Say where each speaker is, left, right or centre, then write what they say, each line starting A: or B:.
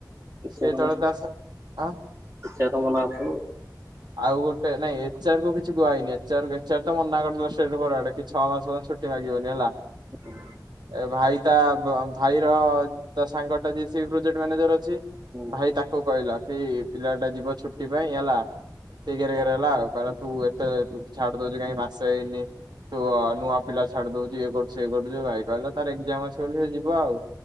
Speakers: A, on the right; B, on the right.
A: ଏଚାର
B: ସେ ତଳେ ତା ସ ଆଁ
A: ଏଚାର ମନା ହଉଥିବ
B: ଆଉ ଗୋଟେ। ନାଇଁ ଏଚ ଆର କୁ କିଛି କୁହା ହେଇନି ଏଚଆର ଫେଚ୍ଆର। ତ ମନା କରିଦେଲେ ଷ୍ଟେଟ ଫରୱାର୍ଡ କି ଛଅ ମାସ ପର୍ଯ୍ୟନ୍ତ ଛୁଟି ମାଗିବନି ହେଲା
A: ହୁଁ
B: ଏ ଭାଇ। ତା ଭାଇର ତା ସାଙ୍ଗଟା ଯେ ସେ ପ୍ରୋଜେକ୍ଟ ମ୍ୟାନେଜର ଅଛି
A: ହୁଁ
B: ଭାଇ ତାକୁ କହିଲା। ସେ ପିଲାଟା ଯିବ ଛୁଟି ପାଇଁ ହେଲା ସେ ଗେରେ ଗେରେ ହେଲା ଆଉ। ତୁ ଏତେ ତୁ ଛାଡି ଦଉଚୁ କାଇଁ। ମାସେ ହେଇନି ତୁ ନୂଆ ପିଲା ଛାଡି ଦଉଚୁ ଇଏ କରୁଛୁ ସିଏ କରୁଛୁ ଭାଇ କହିଲା ତାର ଏକଜାମ୍ ଅଛି ବୋଲି ସେ। ଯିବ ଆଉ